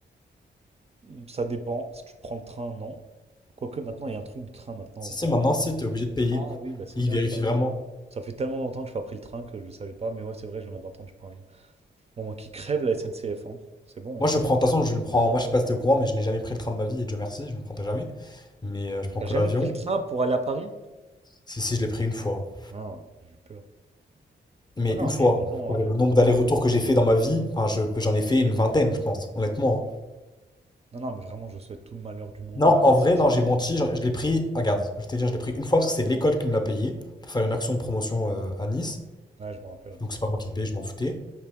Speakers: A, on the right (about 35°); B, on the left (about 20°).
A: mm, ça dépend. Si tu prends le train, non. Quoique maintenant, il y a un truc de train maintenant
B: Si,
A: où
B: si,
A: t'as.
B: maintenant, si, t'es obligé de payer.
A: Ah oui, bah c'est
B: Il
A: bien.
B: vérifie
A: Bah,
B: vraiment.
A: ça fait tellement longtemps que je n'ai pas pris le train que je ne savais pas, mais ouais, c'est vrai, j'en avais entendu parler. Bon, qui crève la SNCF, hein. C'est bon,
B: Moi,
A: hein.
B: je prends. De toute façon, je ne prends. Moi, je sais pas si t'es au courant, mais je n'ai jamais pris le train de ma vie. Et Dieu merci, je ne le prendrai jamais. Mais euh, je prends
A: T'as
B: que
A: jamais
B: l'avion.
A: pris le train pour aller à Paris?
B: Si, si, je l'ai pris une fois.
A: Non, j'ai eu peur.
B: Mais
A: Non,
B: une
A: non,
B: fois,
A: mais vraiment,
B: pour
A: euh,
B: le
A: vraiment.
B: nombre d'allers-retours que j'ai fait dans ma vie, enfin, je- j'en ai fait une vingtaine, je pense, honnêtement. hein.
A: Non, non, mais vraiment, je souhaite tout le malheur du monde
B: Non,
A: à la
B: en vrai,
A: SNCF.
B: non, j'ai menti. j'en- Je, l'ai pris, ah, regarde, je vais te dire, je l'ai pris une fois parce que c'est l'école qui me l'a payé pour faire une action de promotion euh, à Nice.
A: Ouais, je me rappelle.
B: Donc, c'est pas moi qui l'ai payé, je m'en foutais.